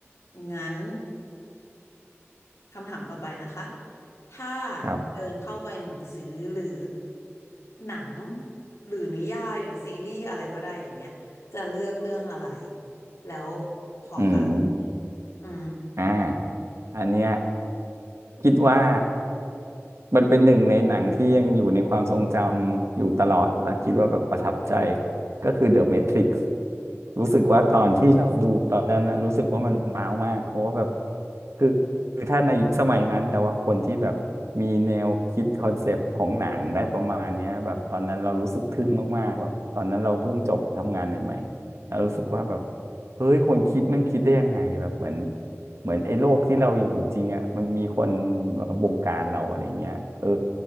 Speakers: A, on the left (about 85°); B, on the right (about 70°).
A: งั้นคำถามต่อไปนะคะถ้า
B: ครับ
A: เดินเข้าไปในหนังสือหรือหนังหรือนิยายหรือซีรีส์อะไรก็ได้อย่างเงี้ยจะเลือกเรื่องอะไรแล้วเพราะอะ
B: อืม
A: อืม
B: อ่าอันเนี้ยคิดว่า มันเป็นหนึ่งในหนังที่ยังอยู่ในความทรงจำอยู่ตลอดและคิดว่าแบบประทับใจก็คือ The Matrix รู้สึกว่าตอนที่เราดูตอนนั้นนะรู้สึกว่ามันว้าวมากเพราะว่าแบบ
A: อืม
B: คือคือถ้าในยุคสมัยนั้นแต่ว่าคนที่แบบมีแนวคิดคอนเซปต์ของหนังได้ประมาณเนี้ยแบบตอนนั้นเรารู้สึกทึ่งมากๆแบบตอนนั้นเราเพิ่งจบทำงานใหม่ๆเรารู้สึกว่าแบบเฮ้ยคนคิดมันคิดได้ยังไงแบบเหมือน เหมือนไอ้โลกที่เราอยู่จริงอ่ะมันมีคนมาบงการเราอะไรเงี้ยเออ